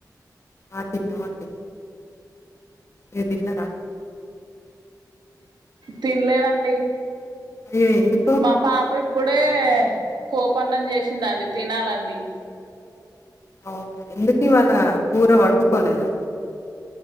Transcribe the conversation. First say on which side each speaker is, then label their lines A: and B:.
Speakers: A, on the left; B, on the right.
A: ఆ తిన్నం అండి మీరు తిన్నరా
B: తిన్లేదండి
A: అయ్యో ఎందుకు
B: మా పాప ఇప్పుడే పోపన్నం చేసిందండి తినాలండి
A: అవునా ఎందుకు ఇవాళ కూర వండుకోలేదా